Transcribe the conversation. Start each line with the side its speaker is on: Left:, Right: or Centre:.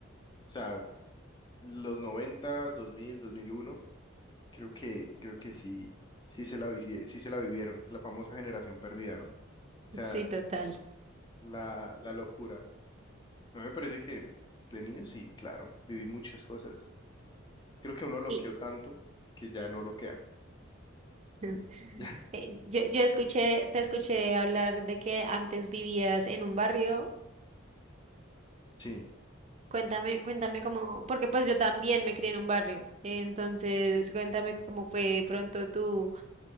Left: sea, los 90, 2000, 2001 Creo que, creo que sí, sí se la, vici- sí se la vivieron, la famosa generación perdida, ¿no? O sea,
Right: Sí, total.
Left: la, la locura. A mí me parece que de niño sí, claro, viví muchas cosas. Creo que uno loqueó
Right: Y
Left: tanto que ya no loquea. <laughs>
Right: <laughs>
Left: Ya.
Right: eh, yo, yo escuché, te escuché hablar de que antes vivías en un barrio.
Left: Sí,
Right: Cuéntame, cuéntame cómo, porque pues yo también me crié en un barrio. eh, Entonces, cuéntame cómo fue de pronto tú,